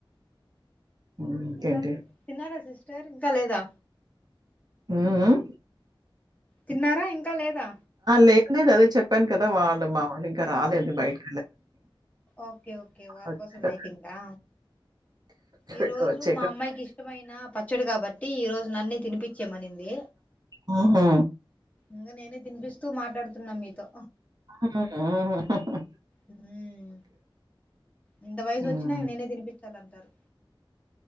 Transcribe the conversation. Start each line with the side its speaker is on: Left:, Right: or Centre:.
Right: హ్మ్. ఇంకేంటి?
Left: ఇంకా తిన్నారా సిస్టర్ ఇంక లేదా.
Right: ఉమ్ ఉమ్మ్.
Left: తిన్నారా ఇంక లేదా.
Right: లేదు లేదు అదే చెప్పాను కదా వాళ్ళు మావొలింకా రాలేదు బైటక్.
Left: ఓకే ఓకే వాళ్ళ
Right: వచ్చాక
Left: కోసం వెయిటింగా. ఈ రోజు
Right: ఇంకా వచ్చాక
Left: మా అమ్మాయికి ఇష్టమైన పచ్. పచ్చడి కాబట్టి ఈ రోజు నన్నే తినిపిచ్చేమనింది.
Right: హుహు.
Left: ఇగ నేనే తినిపిస్తూ మాట్లాడుతున్నా మీతో.
Right: ఆహ్ ఆహ్ హా హా.
Left: ఉమ్ ఇంత వయసోచ్చినా
Right: హ్మ్.
Left: నేనే తినిపిచ్చాలంటారు.